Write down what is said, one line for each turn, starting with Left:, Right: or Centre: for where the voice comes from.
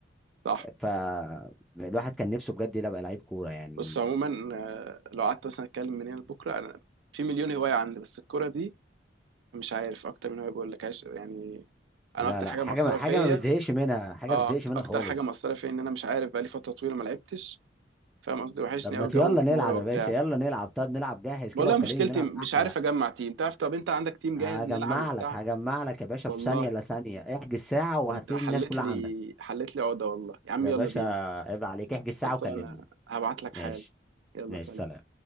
Right: صح
Centre: فالواحد كان نفسه بجد يبقى لعيب كوره يعني
Right: بس عموما آه، لو قعدت مثلا اتكلم من هنا لبكره انا في مليون هوايه عندي بس الكوره دي مش عارف اكتر من هوايه بقول لك عايش يعني انا
Centre: لا
Right: اكتر
Centre: لا
Right: حاجه
Centre: حاجه
Right: مؤثره
Centre: ما حاجه
Right: فيا
Centre: ما بتزهقش منها حاجه
Right: اه
Centre: ما بتزهقش
Right: أكت-
Centre: منها
Right: اكتر
Centre: خالص
Right: حاجه مأثره فيا ان انا مش عارف بقالي فتره طويله ما لعبتش فاهم قصدي وحشني
Centre: طب ما
Right: قوي
Centre: ت-
Right: جو
Centre: يلا
Right: الكوره
Centre: نلعب
Right: وبتاع
Centre: يا باشا يلا نلعب طب نلعب جاهز
Right: والله
Centre: كده وكلمني
Right: مشكلتي
Centre: نلعب
Right: مش
Centre: احلى
Right: عارف اجمع تيم تعرف طب انت عندك تيم
Centre: هجمع
Right: جاهز نلعب وبتاع
Centre: لك هجمع لك يا باشا
Right: والله
Centre: في ثانية لا ثانية احجز ساعة وهتلاقي
Right: انت حليت
Centre: الناس كلها
Right: لي
Centre: عندك
Right: حليت لي عقده والله يا عم
Centre: يا
Right: يلا
Centre: باشا
Right: بينا
Centre: عيب عليك احجز ساعة
Right: خلصانه
Centre: وكلمني
Right: هبعت لك حالا
Centre: ماشي
Right: يلا
Centre: ماشي
Right: سلام
Centre: سلام